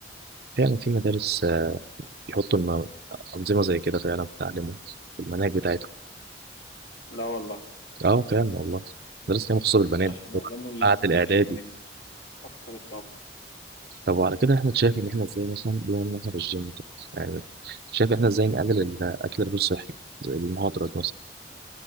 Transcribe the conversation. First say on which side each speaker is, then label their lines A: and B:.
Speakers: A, on the right; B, on the left.
A: فعلا في مدارس آه، بيحطوا الم- انظمه زي كده فعلا بتعلمهم في المناهج بتاعتهم
B: لا والله
A: اه فعلا والله مدرسة كان مخصوصة بالبنات
B: عشان يعلموا الاطفال
A: بعد الإعدادي
B: يعني الاطفال الطبخ
A: طب وعلى كده احنا شايف إن احنا ازاي مثلا بما إن احنا في الجيم طب، يعني شايف احنا ازاي نقلل الأكل الغير صحي زي المهاضرة مثلا